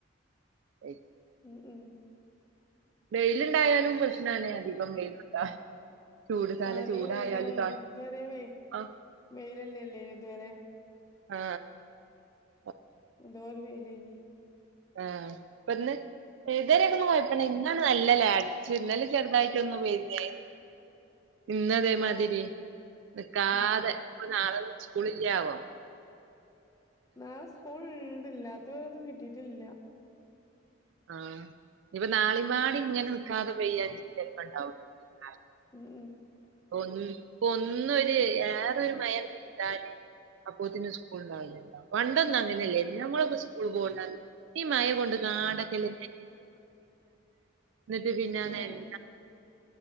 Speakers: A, on the right; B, on the left.
A: <unintelligible>
B: ഉം ഉം
A: വെയില്ണ്ടായാലും പ്രശ്നാണ് അധികം വെയിലുണ്ട ചൂട് കാല
B: ആ അധികം
A: ചൂടായാലും
B: വെയിലായ
A: ത
B: ഇതുവരെ വെ
A: ആഹ്
B: വെയിലല്ലേല്ലേ ഇതുവരെ
A: ആ ആ
B: എന്തോരം വെയിലേനി
A: ആ ഇപ്പന്ന് ഏ ഇത് വരെന്നും കൊയപ്പ <unintelligible> ഇന്നാണ് <unintelligible> അടിച്ചു ഇന്നാലും ചെറുതായിട്ടൊന്ന് ചെയ്തീന് <unintelligible> ഇന്ന് അതേമാതിരി
B: ആഹ് അതെ
A: നിക്കാതെ
B: ഉം
A: ഇപ്പൊ നാളെന്നും സ്കളില്യേ ആവോ
B: നാളെ സ്കൂൾ ഇണ്ട് ഇല്ലാത്ത <unintelligible> ന്നും കിട്ടീട്ടില്ല
A: ആ ഇഞ്ഞ് ഇപ്പൊ നാളിമ്പാടി
B: ഉം
A: ഇങ്ങനെ നിക്കാതെ പെയ്യാച്ച ചെലപ്പ ഉണ്ടാ <unintelligible>
B: ഉം
A: ഒന്ന് ഇപ്പ ഒന്നൊര് ഏറെരു മയണ്ട് പെയ്താലും അപ്പോത്തിന് സ്കൂൾ ഉണ്ടാവൂലല്ലോ പണ്ടൊന്നും അങ്ങനല്ലേ
B: ആഹ്
A: ന്ന് ഞങ്ങളെക്കെ സ് ക്കൂൾ പോണന്ന് ഈ മയ കൊണ്ട് ക്കാണ്ട <unintelligible> ഇന്നിട്ട് പിന്നെ <unintelligible>
B: ഏഹ്